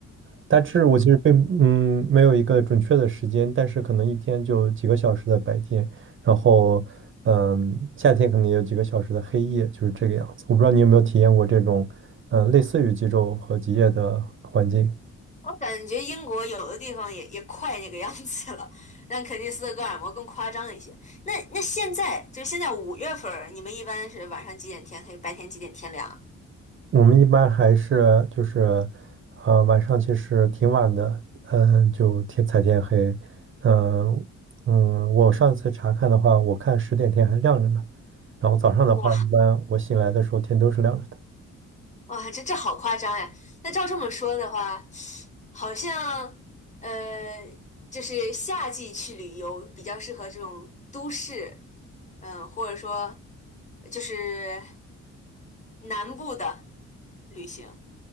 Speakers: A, on the right; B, on the left.
A: 大致我其实并嗯没有一个准确的时间，但是可能一天就几个小时的白天，然后嗯、夏天可能也有几个小时的黑夜，就是这个样子。我不知道你有没有体验过这种，呃，类似于极昼和极夜的环境。
B: 我感觉英国有的地方也也快那个样子了，但肯尼斯的戈尔摩更夸张一些。那那现在就现在五月份儿，你们一般是晚上几点天黑，白天几点天亮啊
A: 我们一般还是就是，呃，晚上其实挺晚的，嗯、就天才天黑，嗯、嗯，我上次查看的话，我看十点天还亮着呢，然后早上的话，
B: 哇！
A: 一般我醒来的时候天都是亮着的。
B: 哇，这这好夸张呀！那照这么说的话，好像呃，就是夏季去旅游比较适合这种都市，嗯、或者说就是南部的旅行。